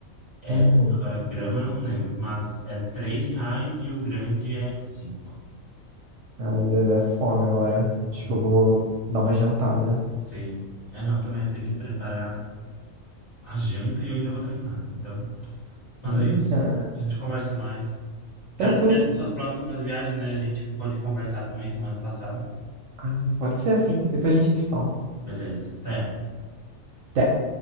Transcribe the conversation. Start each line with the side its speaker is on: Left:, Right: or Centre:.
Left: É,
Right: Uhum.
Left: agora, grama eu não lembro, mas é três reais e o grande é cinco.
Right: Ai, meu Deus, é fome agora. Acho
Left: Hum,
Right: que eu vou dar uma jantada.
Left: sim. É, não, eu também tenho que preparar a janta e eu ainda vou treinar. Então, mas
Right: Eita,
Left: é isso. A gente conversa mais.
Right: tranquilo.
Left: Quero saber das suas próximas viagens, né? A gente ficou de conversar também semana passada.
Right: Ah, Pode ser assim, depois a gente se fala.
Left: Beleza, até.
Right: Até.